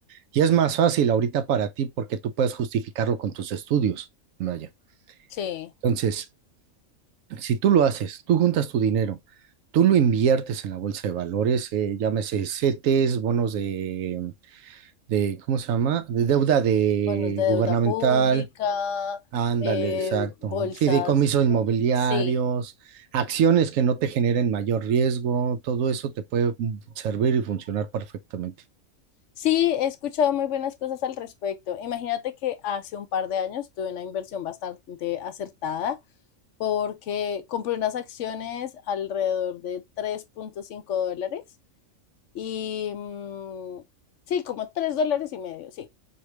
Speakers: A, on the right (about 75°); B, on the left (about 70°).
A: y es más fácil ahorita para ti porque tú puedes justificarlo con tus estudios, vaya.
B: Sí,
A: Entonces... si tú lo haces, tú juntas tu dinero, tú lo inviertes en la bolsa de valores, eh, llámese CETES, bonos de, de, ¿cómo se llama? De deuda de
B: bonos de deuda
A: gubernamental,
B: pública,
A: ándale,
B: eh,
A: exacto,
B: bolsas.
A: fideicomisos inmobiliarios,
B: Sí,
A: acciones que no te generen mayor riesgo, todo eso te puede servir y funcionar perfectamente.
B: Sí, he escuchado muy buenas cosas al respecto. Imagínate que hace un par de años tuve una inversión bastante acertada porque compré unas acciones alrededor de tres punto cinco dólares y mm, sí, como 3 dólares y medio, sí